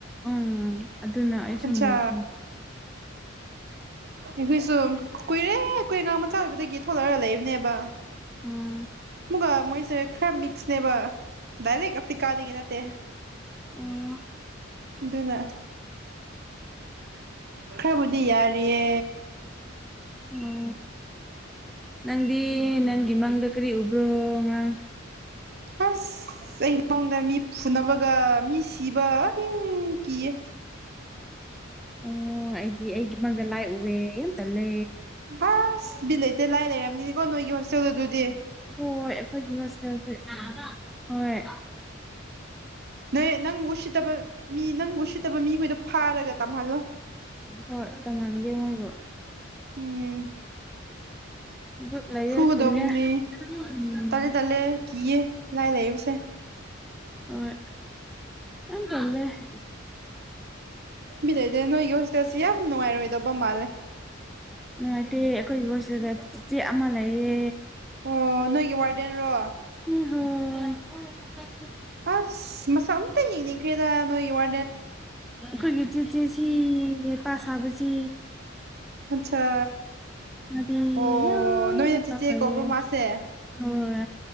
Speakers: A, in the centre; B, on the right.
A: ꯎꯝ ꯑꯗꯨꯅ ꯑꯩꯁꯨ
B: ꯑꯠꯁꯥ
A: ꯃꯨꯈ꯭ꯔꯦ
B: ꯑꯩꯈꯣꯏꯁꯨ ꯀꯨꯏꯔꯦ ꯀꯨꯏ ꯑꯉꯥꯡ ꯃꯆꯥ ꯑꯣꯏꯕꯗꯒꯤ ꯊꯣꯛꯂꯛꯑꯒ ꯂꯩꯕꯅꯦꯕ
A: ꯎꯝ
B: ꯃꯨꯛꯒ ꯃꯣꯏꯁꯦ ꯈꯔ ꯃꯤꯛꯁꯅꯦꯕ ꯗꯥꯏꯔ‌ꯦꯛ ꯑꯐ꯭ꯔꯤꯀꯥꯗꯒꯤ ꯅꯠꯇꯦ
A: ꯑꯣ
B: ꯑꯗꯨꯅ ꯈꯔꯕꯨꯗꯤ ꯌꯥꯔꯤꯌꯦ
A: ꯑꯣ ꯅꯪꯗꯤ ꯅꯪꯒꯤ ꯃꯪꯗ ꯀꯔꯤ ꯎꯕ꯭ꯔꯣ ꯉꯔꯥꯡ
B: ꯑꯁ ꯑꯩ ꯃꯪꯗ ꯃꯤ ꯐꯨꯅꯕꯒ ꯃꯤ ꯁꯤꯕ ꯑꯩꯏ ꯀꯤꯌ‌ꯦ
A: ꯑꯣ ꯑꯩꯒꯤ ꯑꯩꯒꯤ ꯃꯪꯗ ꯂꯥꯏ ꯎꯋꯦ ꯌꯥꯝ ꯇꯜꯂꯦ
B: ꯑꯁ ꯕꯤꯠ ꯂꯩ ꯇ‌ꯦ ꯂꯥꯏ ꯂꯩꯔꯝꯃꯤꯅꯤꯀꯣ ꯅꯣꯏꯒꯤ ꯍꯣꯁꯇꯦꯜ ꯑꯗꯨꯗꯤ
A: ꯍꯣꯏ ꯑꯩꯈꯣꯏꯒꯤ ꯍ‌ꯣꯁꯇ‌ꯦꯜꯁ‌ꯦ <inaudible> ꯍꯣꯏ
B: ꯅꯣꯏ ꯅꯪꯕꯨ ꯎꯁꯤꯠꯇꯕ ꯃꯤ ꯅꯪꯕꯨ ꯎꯁꯤꯠꯇꯕ ꯃꯤꯈꯣꯏꯗꯣ ꯐꯥꯔꯒ ꯇꯝꯍꯜꯂꯣ
A: ꯍ‌ꯣꯏ ꯇꯝꯍꯟꯒ ꯔ‌ꯣ <inaudible>
B: ꯎꯝ
A: ꯚꯨꯠ ꯂꯩꯔ‌ꯦ
B: ꯐꯨꯒꯗꯧꯕꯅꯦ
A: ꯑꯁ ꯇꯜꯂ‌ꯦ ꯎꯝ
B: ꯇꯜꯂꯦ ꯇꯜꯂꯦ ꯀꯤꯌꯦ ꯂꯥꯏ ꯂꯩꯕꯁꯦ
A: ꯍ‌ꯣꯏ ꯌꯥꯝ ꯇꯜꯂ‌ꯦ <inaudible>
B: ꯕꯤꯠ ꯂꯩꯗꯦ ꯅꯣꯏꯒꯤ ꯍꯣꯁꯇꯦꯜꯁꯤ ꯌꯥꯝ ꯅꯨꯡꯉꯥꯏꯔꯣꯏꯗꯕ ꯃꯥꯜꯂꯦ
A: ꯅꯨꯡꯉꯥꯏꯇꯦ ꯑꯩꯈꯣꯏꯒꯤ ꯍꯣꯁꯇꯦꯜꯗ ꯑ ꯆꯦ ꯑꯃ ꯂꯩꯌꯦ
B: ꯑꯣ ꯅꯣꯏꯒꯤ ꯋꯥꯔꯗꯦꯟꯔꯣ
A: ꯑꯣ <unintelligible>
B: ꯑꯁ ꯃꯁꯛ ꯑꯝꯇ ꯌ‌ꯦꯡꯅꯤꯡꯈꯔ‌ꯦꯗ ꯅ‌ꯣꯏꯒꯤ ꯋꯥꯔ
A: ꯑꯩꯈꯣꯏꯒꯤ ꯆ‌ꯦꯆꯦꯁꯤ ꯍꯩꯄꯥ ꯁꯥꯕꯁꯤ
B: ꯑꯆꯥ
A: ꯃꯗꯤ
B: ꯑꯣ
A: ꯌꯥꯝ
B: ꯅꯣꯏꯅ
A: ꯍꯩꯄꯥ
B: ꯆꯦꯆꯦ
A: ꯁꯥꯏꯌꯦ
B: ꯀꯧꯕ꯭ꯔ ꯃꯥꯁꯦ
A: ꯍꯣꯏ